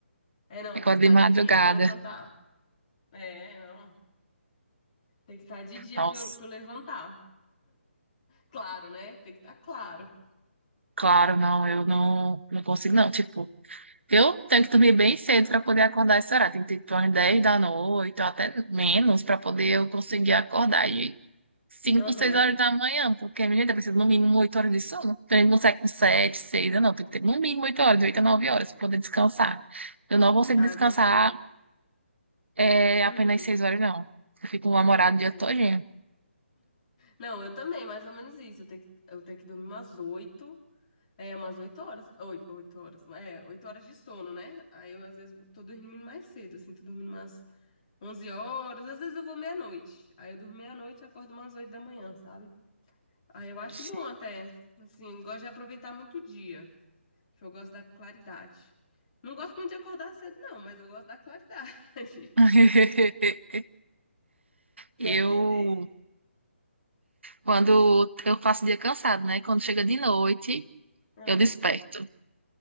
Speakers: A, on the left; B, on the right.
A: É, não,
B: Acordo
A: tem que estar
B: de madrugada.
A: de dia pra eu levantar. É, não. Tem que estar de dia
B: Nossa.
A: pra eu, pra eu levantar. Claro, né? Tem que estar claro.
B: Claro, não, eu não, não consigo, não. Tipo, eu tenho que dormir bem cedo para poder acordar esse horário. Tem que ter tipo, umas 10 da noite, ou até menos, para poder eu conseguir acordar de 5,
A: Aham.
B: 6 horas da manhã, porque minha gente precisa no mínimo 8 horas de sono. Então a gente não consegue com 7, 6, não. Tem que ter no mínimo 8 horas, de 8 a 9 horas, para poder descansar. Eu não consigo
A: Ah,
B: descansar
A: eu também?
B: é, apenas
A: Uhum.
B: 6 horas, não. Eu fico namorado o dia
A: É.
B: todinho.
A: Não, eu também, mais ou menos isso. Eu tenho que, eu tenho que dormir umas oito. É, umas oito horas. Oito, oito horas. É, oito horas de sono, né? Aí eu, às vezes, tô dormindo mais cedo, assim, tô dormindo umas onze horas. Às vezes eu vou meia-noite. Aí eu durmo meia-noite e acordo umas oito da manhã, sabe? Aí eu acho
B: Sim.
A: bom até. Assim, gosto de aproveitar muito o dia. Eu gosto da claridade. Não gosto muito de acordar cedo, não, mas eu gosto da claridade. <laughs>
B: <laughs>
A: Vai
B: Eu
A: entender.
B: Quando eu passo o dia cansado, né? Quando chega de noite,
A: Aham.
B: eu desperto.